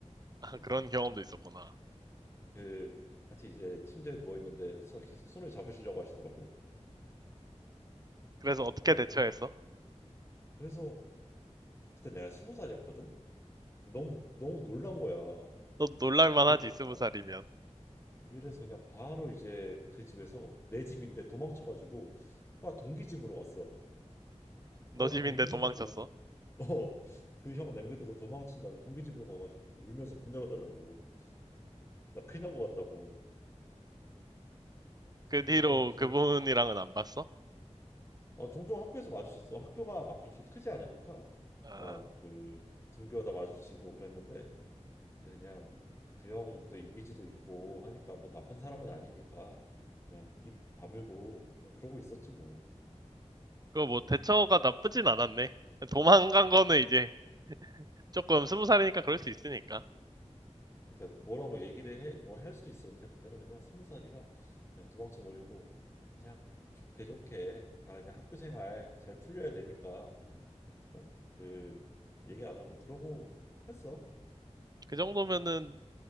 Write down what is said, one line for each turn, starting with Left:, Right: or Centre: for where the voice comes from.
Right: 아, 그런 경험도 있었구나.
Left: 그 같이 이제 침대에 누워 있는데 계속 손을 잡으시려고 하시더라고.
Right: 그래서 어떻게
Left: 어, 나도
Right: 대처했어?
Left: 그래서 그때 내가 스무 살이었거든. 너무 너무 놀란 거야.
Right: 너 놀랄만
Left: 그렇게
Right: 하지, 스무
Left: 처음
Right: 살이면.
Left: 그래서 그냥 바로 이제 그 집에서 내 집인데 도망쳐가지고 과 동기 집으로 갔어.
Right: 너
Left: 과
Right: 집인데
Left: 동기 집으로
Right: 도망쳤어.
Left: 가가지고 <laughs> 어, 그 형 남겨두고 도망친 다음에 동기 집으로 가가지고 울면서 문 열어달라고 나 큰일 난 것 같다고
Right: 그 뒤로
Left: 그랬던 기억이.
Right: 그분이랑은 안 봤어?
Left: 아 종종 학교에서 마주쳤어. 학교가 막 그렇게 크지 않으니까
Right: 아,
Left: 막 그 등교하다 마주치고 그랬는데 근데 그냥 그 형 또 이미지도 있고 하니까 뭐 나쁜 사람은 아니니까 그냥 입 다물고 그냥 그러고 있었지 뭐.
Right: 그거 뭐 대처가 나쁘진 않았네. 도망간 거는 이제 조금 스무 살이니까 그럴 수 있으니까.
Left: 그러니까 뭐라고 얘기를 해, 뭐 할 수도 있었는데 그때는 그냥 스무 살이라 그냥 도망쳐 버리고 그냥 좋게 좋게 다 그냥 학교 생활 잘 풀려야 되니까 딱 그 얘기 안 하고 그러고 했어.
Right: 그 정도면은